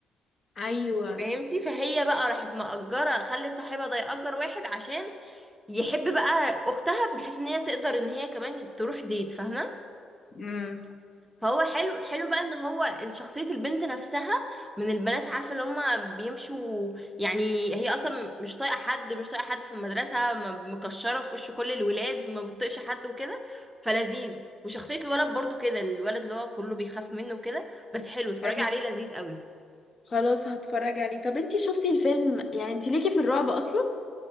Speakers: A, on the left (about 40°); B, in the centre.
A: ايوه
B: فهمتي فهي بقى راحت مأجرة خلت صاحبها ده يأجر واحد عشان يحب بقى أختها بحيث إن هي تقدر إن هي كمان تروح ديت فاهمة
A: امم
B: فهو حلو حلو بقى ان هو شخصية البنت نفسها من البنات عارفة اللي هما بيمشوا يعني هي اصلا مش طايقة حد مش طايقة حد في المدرسة م- مكشرة في وش كل الولاد ما بتطيقش حد وكده فلذيذ وشخصية الولد برضو كده الولد اللي هو كله بيخاف منه وكده بس حلو اتفرجي
A: ايوه
B: عليه لذيذ قوي
A: خلاص هتفرج عليه طب انتي شفتي الفيلم يعني انتي ليكي في الرعب اصلا